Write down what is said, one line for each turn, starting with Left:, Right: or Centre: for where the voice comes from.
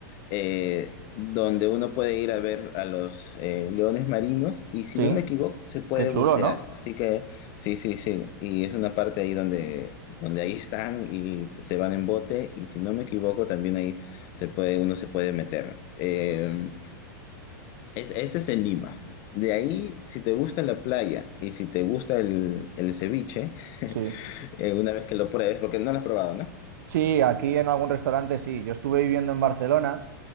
Left: eh, donde uno puede ir a ver a los eh, leones marinos y si
Right: Sí,
Left: no me equivoco se puede
Right: qué chulo,
Left: bucear,
Right: ¿no?
Left: así que sí, sí, sí, y es una parte ahí donde, donde ahí están y se van en bote y si no me equivoco también ahí se puede, uno se puede meter. Eh, es- ese es en Lima. De ahí, si te gusta la playa y si te gusta el, el ceviche,
Right: Sí.
Left: eh, una vez que lo pruebes, porque no lo has probado, ¿no?
Right: Sí, aquí en algún restaurante sí. Yo estuve viviendo en Barcelona,